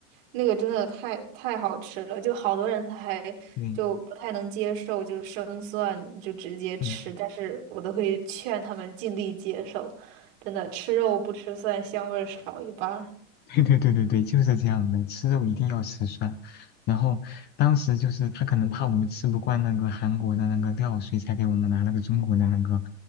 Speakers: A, on the right; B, on the left.
A: 那个真的太太好吃了，就好多人他还
B: 对，
A: 就不太能接受，就是生蒜就直接吃，
B: 嗯。
A: 但是我都会劝他们尽力接受，真的吃肉不吃蒜，香味儿少一半儿。
B: <laughs> 对对对对对，就是这样的，吃肉一定要吃蒜。然后当时就是他可能怕我们吃不惯那个韩国的那个料，所以才给我们拿了个中国的那个